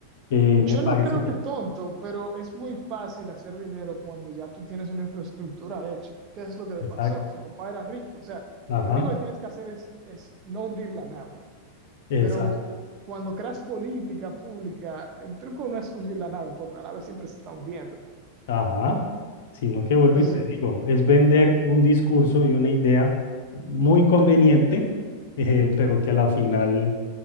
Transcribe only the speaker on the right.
Yo
no creo
que tonto, pero es muy fácil hacer dinero cuando ya tú tienes una infraestructura hecha. ¿Qué es lo que le
pasó? Su papá era rico, o sea,
lo único que tienes que hacer es, es no hundir la nave.
Pero cuando creas política pública, el truco no es hundir la nave, porque la nave siempre se está hundiendo.
Entonces,